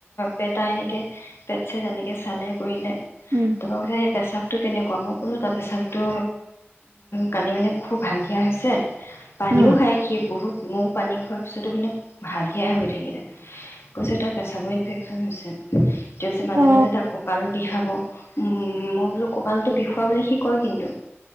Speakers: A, on the left; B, on the right.
A: বেটা এনেকে পেট চেট এনেকে চালে কৰিলে
B: উম
A: তই হে পেচাব টো কেনেকুৱা মই ক'লো তাৰ পেচাপটো কালি মানে খুব হালধিয়া হৈছে। পানীও
B: উম
A: খাই সি বহুত মইও পানী খোৱাৰ পিছতো মানে হালধীয়াই হৈ থাকিলে কৈছে তাৰ পেচাবৰ ইনফেক্যচন হৈছে। তেওঁছে মাজে
B: অ
A: মাজে তাক আৰু বিষাব উ মই বোলো কঁকালতটো বিষুৱ বুলি সি কয় কিন্তু